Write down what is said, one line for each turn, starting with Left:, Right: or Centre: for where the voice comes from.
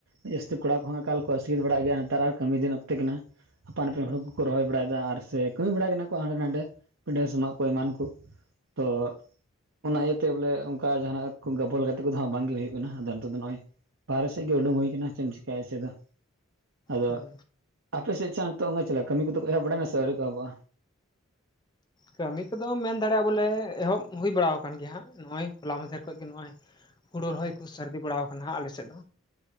Right: ᱡᱟᱹᱥᱛᱤ ᱠᱚᱲᱟ ᱠᱚᱦᱚᱸ ᱮᱠᱟᱞ ᱠᱚ ᱟᱥᱠᱤᱛ ᱵᱟᱲᱟᱜ ᱜᱮᱭᱟ ᱱᱮᱛᱟᱨ ᱟᱨ ᱠᱟᱹᱢᱤ ᱫᱤᱱ ᱚᱠᱛᱚ ᱛᱮ ᱠᱟᱱᱟ ᱟᱯᱟᱱ ᱟᱹᱯᱤᱱ
Left: ᱦᱩᱸ
Right: ᱦᱩᱲᱩ ᱠᱚᱠᱚ ᱨᱚᱦᱚᱭ ᱵᱟᱲᱟᱭᱮᱫᱟ ᱟᱨ ᱥᱮ ᱠᱟᱹᱢᱤ ᱵᱟᱲᱟᱭ ᱠᱟᱱᱟ ᱠᱚ ᱦᱟᱸᱰᱮ ᱱᱟᱰᱮ ᱯᱤᱰᱷᱟᱹ ᱥᱚᱢᱟᱜ ᱠᱚ ᱮᱢᱟᱱ ᱠᱚ ᱛᱚ ᱚᱱᱟ ᱤᱭᱟᱹᱛᱮ ᱛᱮ ᱵᱚᱞᱮ ᱚᱱᱠᱟ ᱡᱟᱦᱱᱟᱜ ᱠᱚ ᱜᱟᱵᱚᱞ ᱜᱟᱛᱮ ᱠᱚᱫᱚᱜ ᱵᱟᱝ ᱜᱮ ᱦᱩᱭᱩᱜ ᱠᱟᱱᱟ ᱟᱫᱚ ᱱᱤᱛᱚᱜ ᱫᱚ ᱱᱚᱜ-ᱚᱭ ᱵᱟᱦᱨᱮ ᱥᱮᱫ ᱜᱮ ᱩᱰᱩᱝ ᱦᱩᱭ ᱪᱮᱫ ᱮᱢ ᱪᱤᱠᱟᱹᱭᱟ ᱪᱮᱫ ᱫᱚ ᱟᱫᱚ,
Left: ᱦᱩᱸ
Right: ᱟᱯᱮ ᱥᱮᱫ ᱪᱟ ᱱᱤᱛᱚ ᱚᱱᱠᱟ ᱪᱟᱞᱟ ᱠᱟᱹᱢᱤ ᱠᱚᱫᱚ ᱮᱦᱚᱵ ᱵᱟᱲᱟᱭ ᱱᱟ ᱥᱮ ᱟᱹᱣᱨᱤ ᱠᱚ ᱮᱦᱚᱵ-ᱟ?
Left: ᱠᱟᱹᱢᱤ ᱠᱚᱫᱚ ᱢᱮᱱ ᱫᱟᱲᱮᱭᱟᱜᱼᱟ ᱵᱚᱞᱮ ᱮᱦᱚᱵ ᱦᱩᱭ ᱵᱟᱲᱟ ᱟᱠᱟᱱ ᱜᱮᱭᱟ ᱦᱟᱸᱜ ᱱᱚᱜᱼᱚᱭ ᱦᱚᱞᱟ ᱢᱟᱦᱫᱷᱮᱨ ᱠᱷᱚᱱ ᱜᱮ ᱱᱚᱜᱼᱚᱭ ᱦᱩᱲᱩ ᱨᱚᱦᱚᱭ ᱠᱚ ᱥᱟᱹᱨᱫᱤ ᱵᱟᱲᱟᱣ ᱟᱠᱟᱱᱟ ᱟᱞᱮᱥᱮᱫ ᱫᱚ᱾